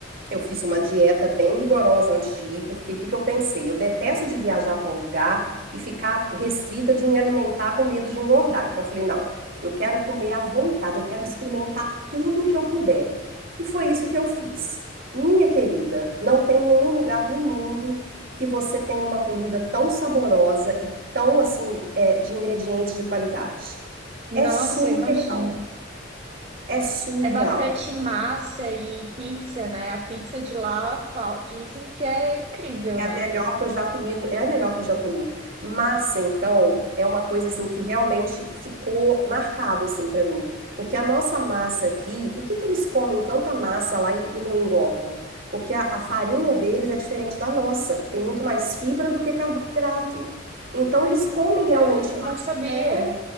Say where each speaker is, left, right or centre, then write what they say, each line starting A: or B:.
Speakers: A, on the right; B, on the right.
A: Eu fiz uma dieta bem rigorosa antes de ir, porque o que que eu pensei? Eu detesto de viajar para um lugar e ficar restrita de me alimentar com medo de engordar. Então eu falei, não, eu quero comer à vontade, eu quero experimentar tudo que eu puder. E foi isso que eu fiz. Minha querida, não tem nenhum lugar no mundo que você tenha uma comida tão saborosa e tão assim, é, de ingredientes de qualidade.
B: Nossa,
A: É surreal,
B: eu imagino.
A: é surreal.
B: É bastante massa e pizza, né? A pizza de lá fal- dizem que é incrível,
A: É
B: né?
A: a melhor que eu já comi, no- é a melhor que eu já comi. Massa, então, é uma coisa assim que realmente ficou marcado assim para mim, porque a nossa massa aqui, por que que eles comem tanta massa lá e, e não engordam? Porque a, a farinha deles é diferente da nossa, tem muito mais fibra do que carboidrato. Então eles comem realmente
B: Sério,
A: massa,
B: não sabia.
A: é,